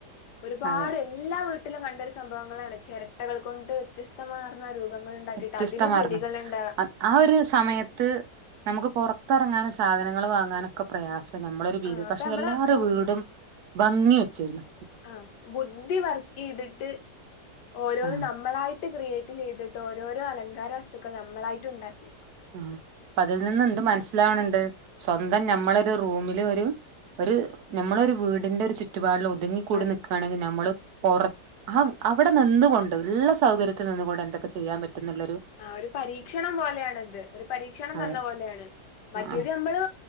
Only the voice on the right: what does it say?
അതെ
വ്യത്യസ്തമാർന്ന
ആ ഒരു സമയത്ത് നമുക്ക് പൊറത്ത് എറങ്ങാനും സാധനങ്ങള് വാങ്ങാനും ക്കെ പ്രയാസാ ഞമ്മളൊരു ഭീഗ്
പക്ഷെ
എല്ലാരെ
വീടും ഭംഗി വെച്ചിര്ന്ന്
ആ
ആഹ് അപ്പ അതിൽ നിന്ന് എന്ത് മനസ്സിലാവ്ണ് ണ്ട് സ്വന്തം ഞമ്മളരു റൂമില് ഒരു ഒരു ഞമ്മളൊരു വീടിന്റെ ഒരു ചുറ്റുപാടിൽ ഒതുങ്ങി കൂടി
നിക്കാണെങ്കിൽ നമ്മള് പൊറ ആഹ് വീ അവ്ടെ നിന്ന്കൊണ്ട് ഇള്ള സൗകര്യത്തിൽ നിന്നുകൊണ്ട് എന്തെക്കെ ചെയ്യാൻ പറ്റുന്ന്ള്ളൊരു
അതെ
ആ